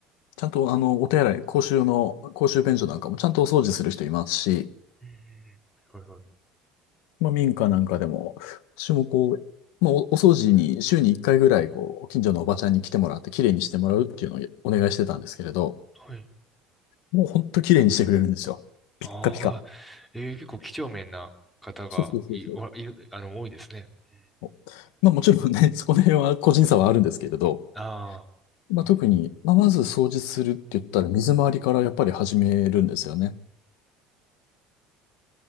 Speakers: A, on the left; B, in the centre.
A: ちゃんと、あの、お手洗い、公衆の、公衆便所なんかもちゃんとお掃除する人いますし、
B: うん、はいはいはい。
A: まあ、民家なんかでも、私もこう、まあ、お、お掃除に週に1回ぐらい、こう、近所のおばちゃんに来てもらって、綺麗にしてもらうっていうのをお願いしてたんですけれど、
B: はい。
A: もうほんと綺麗にしてくれるんですよ。ピッカピカ。
B: ああ、えー結構几帳面な方がい、
A: そうそうそうそ
B: おいるあの、多いですね。うん
A: う。まあ、もちろんね、<laughs> そこの辺は個人差はあるんですけれど、
B: ああ。
A: まあ、特に、まあ、まず掃除するって言ったら、水回りからやっぱり始めるんですよね。